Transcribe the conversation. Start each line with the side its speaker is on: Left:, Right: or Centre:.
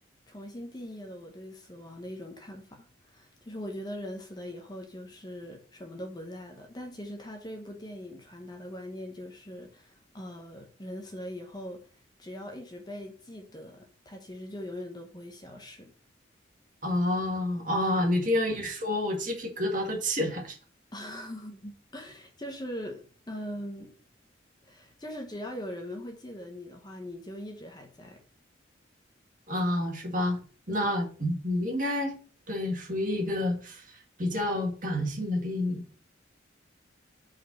Left: 重新定义了我对死亡的一种看法，就是我觉得人死了以后就是什么都不在了，但其实他这部电影传达的观念就是，呃，人死了以后，只要一直被记得，他其实就永远都不会消失，
Right: 哦啊，你这样一说，我鸡皮疙瘩都起来了。
Left: <laughs> 就是嗯，就是只要有人们会记得你的话，你就一直还在。
Right: 啊，是吧？那嗯你应该对，
Left: 是的，
Right: 属于一个比较感性的电影。